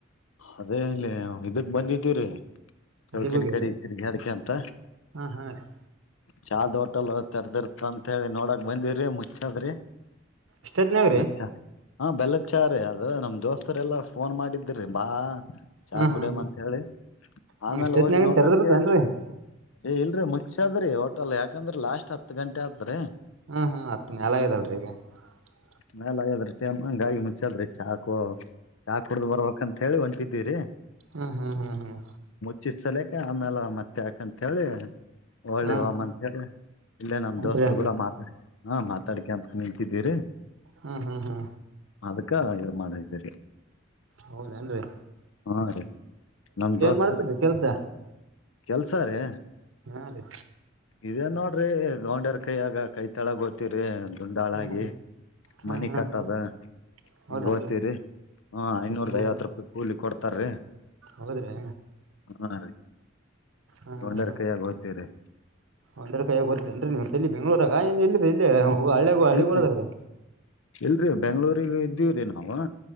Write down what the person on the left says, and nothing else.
ಅದೇ ಇಲ್ಲಿ ಇದಕ್ ಬಂದಿದೀವ್ರೀ ಚೌಕಟ್
ಕಡಿ ತಿರಿಗಾಡ್ಕೊಂತ.
ಚಾದ್ ಹೋಟೆಲ್ ತೆರ್ದಿರ್ತ ಅಂತ ಹೇಳಿ ನೋಡಕ್ ಬಂದಿವ್ರಿ ಮುಚ್ಚದ್ರಿ.
ಅಲ್ಲ ಚಾ ಹ ಬೆಲ್ಲದ ಚಾ ರಿ. ಅ ನಮ್ ದೋಸ್ತರೆ ಎಲ್ಲಾರ ಫೋನ್ ಮಾಡಿದ್ದ್ರೀ ಬಾ. ಚಾ
ಕುಡಮ್
ಅಂತ ಹೇಳಿ ಆಮೇಲೆ
ಹೋಗಿ ನೋಡೋಟ್ಗೆ.
ಏ ಇಲ್ರರಿ ಮುಚ್ಚಾದ್ರಿ ಹೋಟೆಲ್ ಯಾಕಂದ್ರ ಲಾಸ್ಟ್ ಹತ್ ಗಂಟೆ ಆತ್ರಿ.
ಮೇಲ ಆಗ್ಯದ್ರಿ ಟೈಮಂಗ ಗಾಯಿ ಮುಚ್ಚದ್ರಿ ಚಾಕು ಚಾಕ್ ಕುಡ್ದ್ ಬರ್ಬಂಕ ಅಂತ ಹೇಳಿ ಹೊಂಟಿದೀವ್ರರಿ.
ಚಿತ್ ಸಲಿಕ್ಕೆ ಆಮೇಲೆ ಮತ್ತೆ ಯಾಕಂತ ಹೇಳಿ. ಹಳ್ಳಿ
ಹೋಗಮ್ಮ
ಅಂತ ಹೇಳಿ ಇಲ್ಲೇ ನಮ
ದೋಸ್ತರು
ಕೂಡ ಮಾತಾಡ್ ಹಾ ಮಾತಾಡ್ಿಕ ಅಂತ. ನಿಂತಿದ್ದೀರಿ
ಅದಕ್ಕ ಇದ ಮಾಡಿದ್ದೀರಿ.
ಹಾ ರೀ ನಮ ದೋಸ್ತರು
ಕೆಲ್ಸ ರೇ.
ಇದೇ ನೋಡ್ರಿ ಗಂಡ್ಯರ್ ಕೈ ಯಾಗ ಕೈ ತಳಗ ಓತ್ತೀವ್ರಿ. ಗಂಡಾಳಾಗಿ
ಮನಿ
ಕಟ್ಟದ.
ಹೀಂಗ ಹೊತಿವರಿ ಐನೂರದ
ಐವತ್ತು ರೂಪಾಯಿ ಕೂಲಿ ಕೊಡ್ತಾರೀ.
ಹಾ ರೀ
ಗೊಂಡ್ಯರ
ಕೈಯಗ ಹೊತೀವ್ರಿ.
ಇಲ್ರಿ ಇಲ್ರಿ ಬೆಂಗಳೂರಿಗ ಇದ್ದೀವ್ರರಿ ನಾವ.